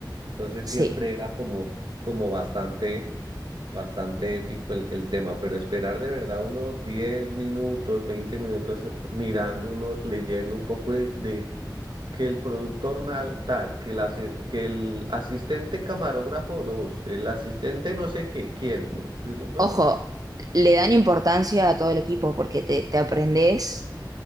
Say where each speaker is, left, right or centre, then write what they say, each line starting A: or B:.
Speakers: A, on the right; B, on the right.
A: Entonces
B: Sí.
A: siempre era como, como bastante Bastante épico el, el tema, pero esperar de verdad unos 10 minutos, 20 minutos eh, mirando uno, leyendo un poco de, de que el productor nal- tal, que el, asi- que el asistente camarógrafo dos, el asistente no sé qué, quién. Y uno, bueno,
B: Ojo,
A: pues
B: le dan importancia a todo el equipo porque te, te aprendes